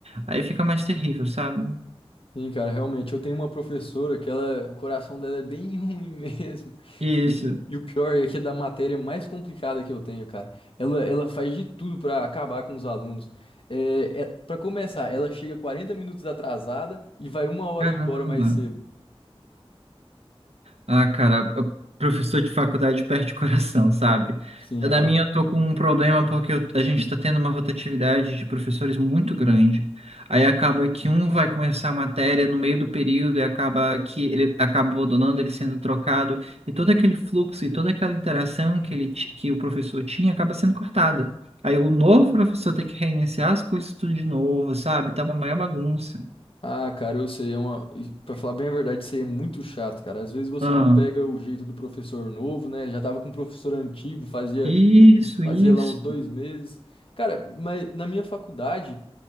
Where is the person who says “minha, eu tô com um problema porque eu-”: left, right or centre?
Right